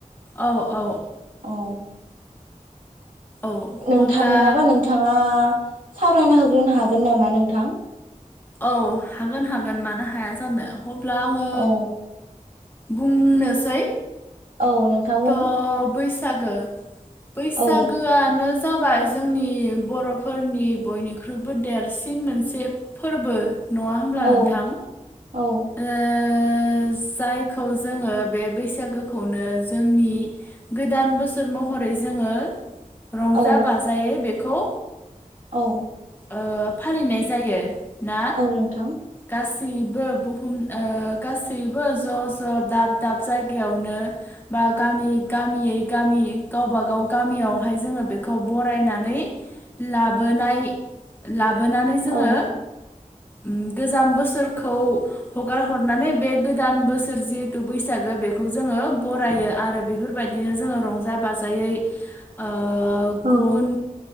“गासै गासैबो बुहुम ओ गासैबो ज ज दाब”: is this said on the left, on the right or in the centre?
Left